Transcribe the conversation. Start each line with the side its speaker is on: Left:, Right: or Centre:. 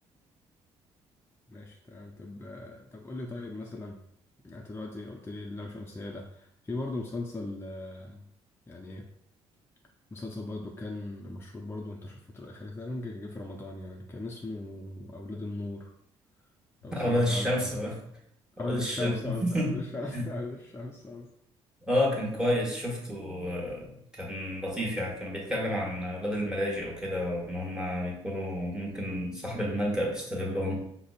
Left: ماشي تمام طب طب قول لي طيب مثلا يعني انت دلوقتي قلت لي اللام شمسية ده في برضه مسلسل آه، يعني إيه؟ مسلسل برضه كان مشهور برضه وانتشر الفترة الأخيرة تقريبا جه جه في رمضان يعني كان اسمه أولاد النور
Centre: <laughs>
Left: لو
Centre: أولاد
Left: سمعت
Centre: الشمس
Left: عنه يعني وكده
Centre: بقى
Left: أولاد
Centre: أولاد الشمس
Left: الشمس قصدي أولاد الشمس
Centre: <laughs>
Left: <laughs> أولاد الشمس قصدي
Centre: اه كان كويس شفته آه، كان لطيف يعني كان بيتكلم عن أولاد الملاجئ وكده وإن هما بيكونوا ممكن صاحب الملجأ بيستغلهم